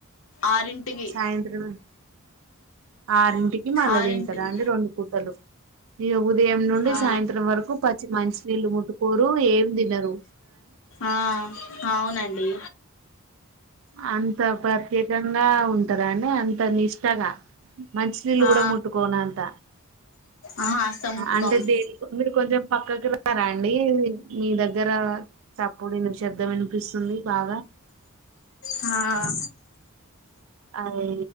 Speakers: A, on the left; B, on the right.
A: ఆరింటికి
B: సాయంత్రం ఆరింటికి మళ్ళ
A: ఆరింటికి
B: తింటారా అండి రెండు పూటలు ఈ ఉదయం నుండి
A: ఆ
B: సాయంత్రం వరకు పచ్చి మంచిినీళ్ళు ముట్టుకోరు ఏ ము దినరు
A: ఆ అవునండి
B: అంత ప్రత్యేకంగా ఉంటారుండి అంత నిష్టగా మంచినీళ్ళు
A: ఆ
B: కూడా ముట్టుకోన అంత
A: ఆహా అస్సలు ముట్టుకోము
B: అంటే దేని మీరు కొంచెం పక్కకి రా రండి మీ దగ్గర ఇగ్గర సాప్పుూడి ను శబ్దం అనిపిస్తుంది బాగా
A: ఆా
B: అది